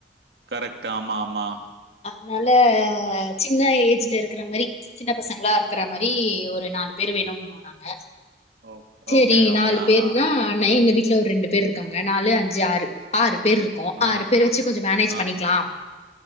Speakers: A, on the right; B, on the left.
A: கரெக்ட் ஆமா ஆமா
B: அதனால சின்ன ஏஜ்ல இருக்கிற மாரி சின்ன பசங்களா இருக்கற மாரி ஒரு நாலு பேர் வேணும் போனாங்க
A: ஓ
B: சரி
A: ஓகே, ஓகே.
B: நாலு
A: ஆஹா,
B: பேருனா
A: ஆஹா.
B: நை எங்க வீட்ல ஒரு ரெண்டு பேர் இருக்காங்க நாலு அஞ்சு ஆறு ஆறு பேர் இருக்கோ
A: ஆ,
B: ஆறு பேர் வச்சு கொஞ்சம் மேனேஜ்
A: ஆ,
B: பண்ணிக்கலா